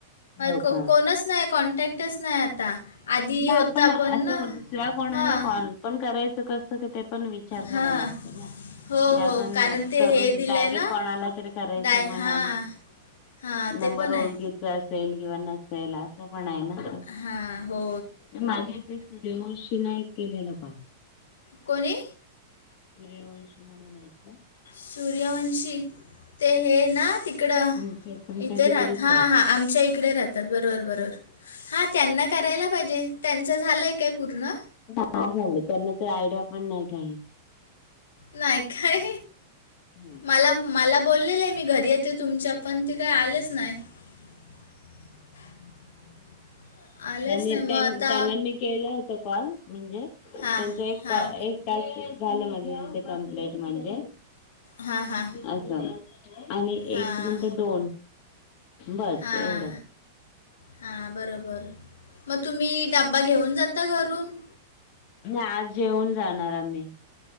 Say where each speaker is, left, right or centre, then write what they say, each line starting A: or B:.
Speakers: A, on the left (about 50°); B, on the left (about 75°).
A: हो
B: को-कोणच
A: का
B: नाही कॉन्टॅक्टच नाही आता. आधी
A: नाही
B: होता
A: आपण असं
B: पण ना
A: दुसऱ्या कोणाला
B: हां
A: कॉल पण करायचं कसं ते पण विचार करायला
B: हां
A: लागतं ना.
B: हो
A: म्हणजे अजून
B: हो कारण ते
A: करून
B: हे दिलंय
A: डायरेक्ट
B: ना
A: कोणाला तरी करायचं.
B: डाय
A: मनाने
B: हां हां
A: नंबर
B: ते पण
A: ओळखीचा
B: आहे
A: असेल किंवा नसेल असं पण आहे ना ते.
B: हा हो‌
A: माझे ते सूर्यवंशींना एक केलेला कॉल.
B: कोणी?
A: सूर्यवंशी म्हणून आहेत ना
B: सूर्यवंशी ते हे ना तिकडं
A: तुमचे तुमच्या
B: इथे
A: तिकडेच
B: राहत हां
A: आहेत.
B: हां आमच्या इकडे राहतात बरोबर बरोबर. हा त्यांना करायला पाहिजे. त्यांच झालंय काय पूर्ण?
A: <unintelligible> झालंय त्यांना ते आयडिया पण नाही काही.
B: नाही काय
A: हम्म
B: मला मला बोललेले मी घरी येते तुमच्या, पण ते काय आलेच नाही. <inaudible> आलंच
A: त्यांनी
B: नाही मग आता
A: त्यांना मी केलं होत कॉल म्हणजे त्यांचा
B: हां
A: एक
B: हां
A: कॉ एक झालं ना दीदीचं कम्प्लीट म्हणजे?
B: हां हां
A: असं. आणि
B: हां
A: एक नंतर दोन. बस
B: हां.
A: एवढंच
B: हां बरोबर मग तुम्ही डबा घेऊन जाता घरून?
A: नाही आज जेऊन जाणार आम्ही.